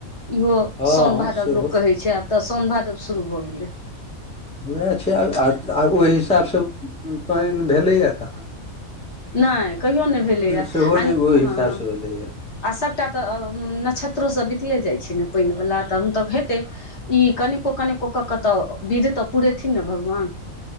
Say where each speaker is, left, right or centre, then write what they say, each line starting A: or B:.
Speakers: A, on the left; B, in the centre.
A: इहो
B: हँ
A: सौन भादव
B: सेहो
A: लोक कहेै छै आब तऽ सौन भादव शुरू भऽ गेलै
B: उएह छै
A: तऽ
B: आ <unintelligible> ओइ हिसाब स पाइन भेलै या काहाँ
A: नै कहियो नै भेलैया आ
B: सेहो
A: हं
B: नहि ओहि हिसाबसँ
A: <inaudible>
B: भेलैए
A: आ सभटा तऽ नक्षेत्रो सब बितले जाय छै न पाइन वला तहन तऽ हेतै ई कनिको कनिको कऽ कऽ तऽ विध तऽ पूरेथिन न भगवान